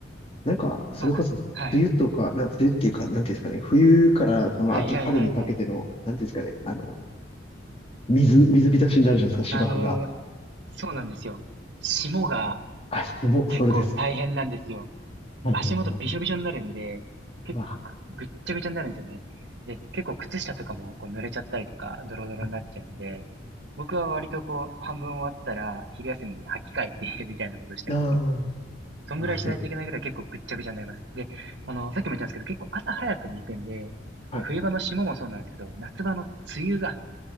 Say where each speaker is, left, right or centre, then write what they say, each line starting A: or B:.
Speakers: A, on the left; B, on the right.
A: なんか、それこそ、
B: まあ、はい。
A: 梅雨とか、な、梅雨っていうか、なんていうんですかね、冬からこの秋、
B: はいはいはいはい。
A: 春にかけての、なんていうんですかね、あの、水、水浸しになるじゃないですか、芝生が。
B: あのーそうなんですよ。霜が
A: あ、もう、
B: 結構大変なんですよ。
A: それです。はいはいはい。
B: 足元びしょびしょになるんで、結構ぐ、
A: うわ、
B: ぐっちゃぐちゃになるんですよね。で、結構靴下とかもこう濡れちゃったりとか、ドロドロになっちゃうんで、
A: はい。
B: 僕は割とこう、半分終わったら、昼休みに履き替えて <laughs> みたいなことしてますね
A: あ
B: そんぐらいしないといけないぐらい結構ぐっちゃぐちゃになります。
A: あ、ああ、で、
B: で、あの、さっきも言ったんですけど、結構朝早くに行くんで、
A: はい。
B: あの、冬場の霜もそうなんですけど、夏場の梅雨が、